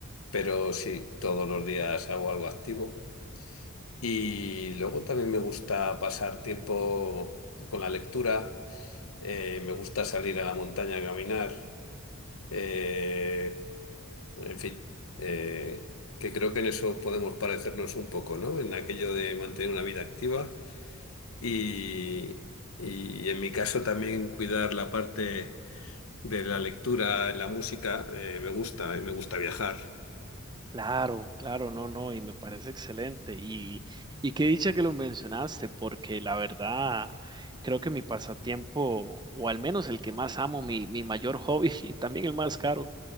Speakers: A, on the left; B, on the right.
A: pero sí, todos los días hago algo activo. Y luego también me gusta pasar tiempo con la lectura, eh, me gusta salir a la montaña a caminar, eh, en fin, eh, que creo que en eso podemos parecernos un poco, ¿no? En aquello de mantener una vida activa Y, y en mi caso también cuidar la parte de la lectura, la música, eh, me gusta, y me gusta viajar.
B: Claro, claro, no, no, y me parece excelente. Y, y qué dicha que lo mencionaste, porque la verdad creo que mi pasatiempo, o al menos el que más amo, mi, mi mayor hobby <laughs> y también el más caro,